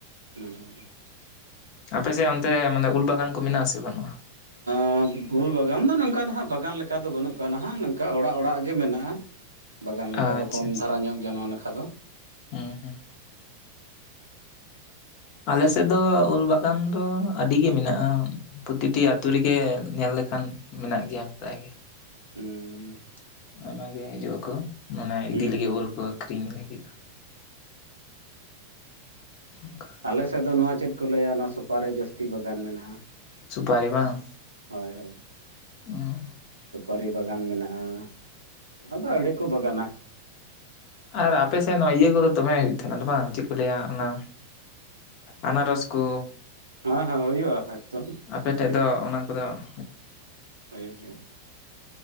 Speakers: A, on the right; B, on the left.
A: ᱦᱮᱸ,
B: ᱟᱯᱮᱥᱮᱫ ᱚᱱᱛᱮ ᱢᱟᱱᱮ ᱩᱞ ᱵᱟᱜᱟᱱ ᱠᱚ ᱢᱮᱱᱟᱜ ᱟᱥᱮ ᱵᱟᱹᱱᱩᱜᱼᱟ?
A: <inaudible> ᱯᱷᱩᱞ ᱵᱟᱜᱟᱱ ᱫᱚ ᱱᱚᱝᱠᱟ ᱱᱟᱦᱟᱜ ᱵᱟᱜᱟᱱ ᱞᱮᱠᱟ ᱫᱚ ᱵᱟᱹᱱᱩᱜ ᱟᱠᱟ ᱱᱟᱦᱟᱜ ᱱᱚᱝᱠᱟ ᱚᱲᱟᱜ ᱚᱲᱟᱜ ᱜᱮ ᱢᱮᱱᱟᱜᱼᱟ᱾ ᱵᱟᱜᱟᱱ ᱞᱮᱠᱟ
B: ᱟᱪᱪᱷᱟ
A: ᱫᱚ ᱠᱚᱢ
B: ᱟᱪᱪᱷᱟ
A: ᱫᱷᱟᱨᱟ ᱧᱚᱜ ᱜᱮᱭᱟ ᱱᱚᱣᱟ ᱱᱟᱠᱷᱟ ᱫᱚ
B: <unintelligible> ᱟᱞᱮ ᱥᱮᱫ ᱫᱚ ᱩᱞ ᱵᱟᱜᱟᱱ ᱫᱚ ᱟᱹᱰᱤ ᱜᱮ ᱢᱮᱱᱟᱜᱼᱟ᱾ ᱯᱚᱛᱤᱴᱤ ᱟᱹᱛᱩ ᱨᱮᱜᱮ ᱧᱮᱞ ᱞᱮᱠᱷᱟᱱ ᱢᱮᱱᱟᱜ ᱜᱮᱭᱟ ᱯᱟᱨᱟᱭ ᱜᱮ
A: ᱦᱩᱸᱻ
B: ᱟᱭᱢᱟᱜᱮ ᱦᱤᱡᱩᱜ ᱟᱠᱚ ᱚᱱᱮ ᱤᱫᱤ
A: ᱦᱩᱸ
B: ᱞᱟᱹᱜᱤᱫ
A: ᱦᱩᱸ
B: ᱩᱞ
A: ᱦᱩᱸ
B: ᱠᱚ ᱟᱹᱠᱷᱨᱤᱧ ᱞᱟᱹᱜᱤᱫ <unintelligible>
A: ᱟᱞᱮ ᱥᱮᱫ ᱫᱚ ᱱᱚᱣᱟ ᱪᱮᱫ ᱠᱚ ᱞᱟᱹᱭᱟ? ᱱᱚᱣᱟ ᱥᱳᱯᱟᱨᱤ ᱡᱟᱹᱥᱛᱤ ᱵᱟᱜᱟᱱ ᱢᱮᱱᱟᱜᱼᱟ᱾
B: ᱥᱩᱯᱟᱨᱤ ᱵᱟᱝ,
A: ᱦᱳᱭ ᱦᱳᱭ,
B: ᱚᱸ
A: ᱥᱩᱯᱟᱹᱨᱤ ᱵᱟᱜᱟᱱ ᱢᱮᱱᱟᱜᱼᱟ ᱱᱚᱣᱟ ᱫᱚ ᱟᱹᱰᱤ ᱠᱚ ᱵᱟᱜᱟᱱᱟ
B: ᱟᱨ ᱟᱯᱮ ᱥᱮᱫ ᱦᱚᱸᱤᱭᱟᱹ ᱠᱚᱫᱚ ᱫᱚᱢᱮ ᱦᱩᱭᱩᱜ ᱛᱟᱦᱮᱸᱱᱟ ᱵᱟᱝ, ᱪᱮᱫ ᱠᱚ ᱞᱟᱹᱭᱟ? ᱚᱱᱟ, ᱟᱱᱟᱨᱚᱥ ᱠᱩ
A: ᱦᱮᱸ ᱦᱮᱸ ᱦᱩᱭᱩᱜᱼᱟ ᱮᱠᱫᱚᱢ
B: ᱟᱯᱮ
A: ᱟᱹᱰᱤ
B: ᱴᱷᱮᱡ ᱫᱚ ᱚᱱᱟ ᱠᱚᱫᱚ <inaudible>
A: ᱦᱩᱭᱩᱜ ᱜᱮᱭᱟ,